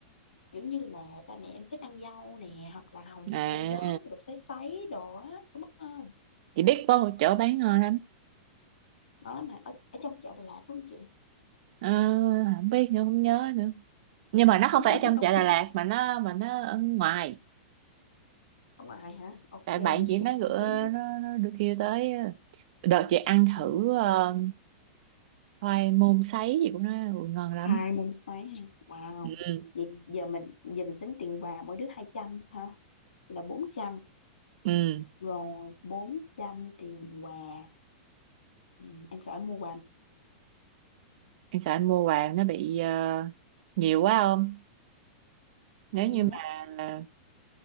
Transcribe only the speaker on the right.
À,
chị biết có một chỗ bán ngon lắm.
Ờ, không biết nữa không nhớ nữa. Nhưng mà nó không
phải ở trong chợ Đà Lạt mà nó mà nó ở ngoài.
Tại
bạn chị
nó gửi
nó, nó được kia tới ờ, đợt chị ăn
thử ờ, khoai môn sấy gì của nó ừ, ngon lắm
ừ
ừ
em sợ anh mua vàng nó bị ờ, nhiều quá không nếu
như
mà